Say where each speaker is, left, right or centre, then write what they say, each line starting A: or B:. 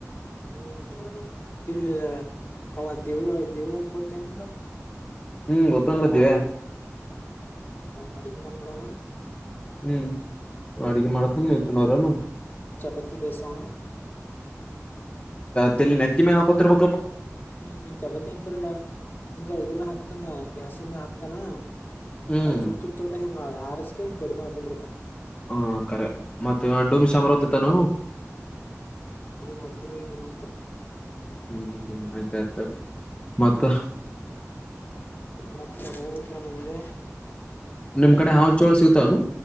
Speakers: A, on the left; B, on the left.
A: ಹ್ಮ್ ಇಲ್ಲಿ ಅವ ದೇವ ದೇವು ಅಂತ ಗೊತ್ತ ನಿಂಗ
B: ಹ್ಮ್ ಗೊತ್ತಂದ್ದೀ
A: ಅಡಕ್ಕೆ ಮಾಡಾಮ
B: ಹ್ಮ್ ಅಡಿಗೆ ಮಾಡ್ತಾನ ಇತ್ತುನೋರನು
A: ಪ್ರತಿ ಪೈಸಾ
B: ಚಲ್ಲಿ ನೆತ್ತಮ ಆಪತ್ರರ
A: ಹ್ಮ್ ನಿ ಚಪಾತಿ ಏನ್ಕರಲ್ಲಾ ಹಿಂಗ ಇದ್ರ ಮ ಹಾಕತಾನ ಗ್ಯಾಸ್ ಇಂದೇ ಹಾಕ್ತಾನ
B: ಹ್ಮ್
A: ಫುರ್ತುತ ಹಾರಸಕ್ಕೆ ತರಿಮ ಹಕುಮ ರತ
B: ಹಾ ಕರೆ ಮತ್ತೆ ಡೂಮಿಶ ಅಮರಾವತಿತ್ತಾನ
A: ಅವನ್ ಹಟ್ಟಿಮ ಇದು ಮಾಡ್ತಾರ
B: ಹ್ಮ್ ಹ್ಮ್ ಹ್ಮ್ ಆಯ್ತ ಆ್ತತ್ ಮತ್ತ
A: ಮ ಹೇಳ್ಬೇಕು ನಿಮಗೆ
B: ನಿಮ್ ಕಡೆ ಹಾ ಚೋಳ ಸಿಗತನು